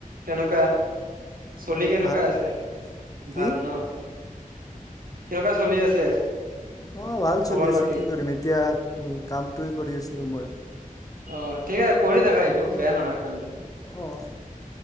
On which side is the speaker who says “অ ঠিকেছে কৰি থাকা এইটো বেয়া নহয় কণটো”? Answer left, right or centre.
Right